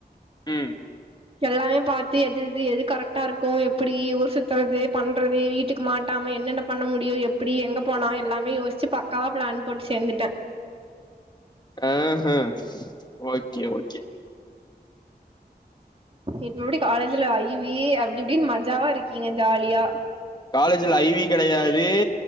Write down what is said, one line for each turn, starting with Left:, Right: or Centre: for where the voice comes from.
Left: ம்
Right: எல்லாமே பாத்து எது எது எது கரக்ட்டா இருக்கு எப்பிடி ஊர் சுத்துறது பண்றது வீட்டுக்கு மாட் ட்டாம என்னன்ன பண்ண முடியு எப்புடி எங்க போனா எல்லாமே யோஸ்ச்சு பக்காவா ப்ளான் போட்டு சேந்துட்டே
Left: ஆஹ ஓகே ஓகே
Right: இப்ப எப்டி காலேஜ்ல ஐ வி அப்டி இப்டின் மஜாவா இருக்கீங்க ஜாலியா
Left: காலேஜுல ஐ வி கெடையா து